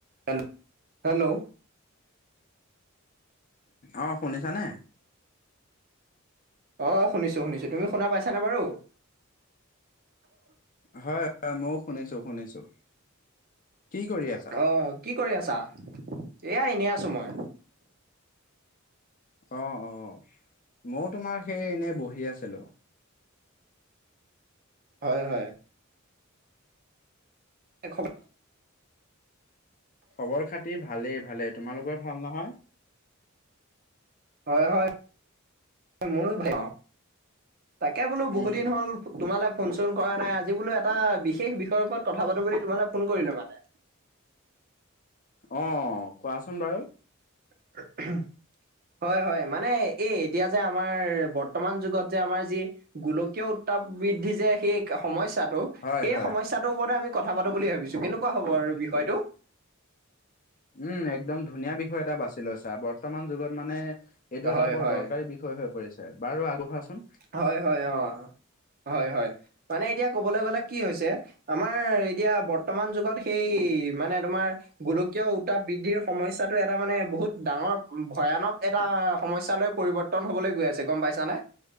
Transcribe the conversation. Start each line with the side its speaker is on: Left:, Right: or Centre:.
Right: হেল hello,
Left: অ সোনিচানে।
Right: অ শুনিছো শুনিছো তুমি শুনা পাইছানে বাৰু
Left: হয় হয় মইও শুনিছো শুনিছো। কি কৰি আছা?
Right: অ কি কৰি আছা এয়া এনেই আছো মই।
Left: অ অ মইও তোমাৰ সেই এনেই বহি আছিলো।
Right: হয় হয়। <unintelligible>
Left: খবৰ খাতি ভালেই ভালেই তোমালোকৰ ভাল নহয়।
Right: হয় হয় মোৰো ভাল অ তাকে বোলো বহুত
Left: উম
Right: দিন হ'ল। তোমালে ফোন চোন কৰা নাই আজি বোলো এটা বিশেষ বিষয়ৰ ওপৰত কথা পাতো বুলি তোমালে ফোন কৰিলো মানে।
Left: অ কোৱাচোন বাৰু
Right: <unintelligible> হয় হয় মানে এই এতিয়া যে আমাৰ বৰ্তমান যুগত যে আমাৰ যি, গোলকীয় উত্তাপ বৃদ্ধি যে সেই সমস্যাটো।
Left: হয়
Right: এই
Left: হয়।
Right: সমস্যাটোৰ ওপৰতে আমি কথা পাতো বুলি ভাবিছো কেনেকুৱা হ'ব আৰু বিষয়টো।
Left: উম একদম ধুনীয়া বিষয় এটা বাছি লৈ ছা বৰ্তমান যুগত মানে এইটো
Right: হয়
Left: এটা বৰ
Right: হয়
Left: দৰকাৰী বিষ হৈ পৰিছে বাৰু আগঢ়াচোন।
Right: হয় হয় অ হয় হয় মানে এতিয়া ক'বলৈ গ'লে কি হৈছে। আমাৰ এতিয়া বৰ্তমান যুগত সেই মানে তোমাৰ। গোলকীয় উত বৃদ্ধিৰ সমস্যাটো এটা মানে বহুত ডাঙৰ ভয়ানক এটা সমস্যলৈ পৰিবৰ্তন। টন হ'বলৈ গৈ আছে গম পাইছানে।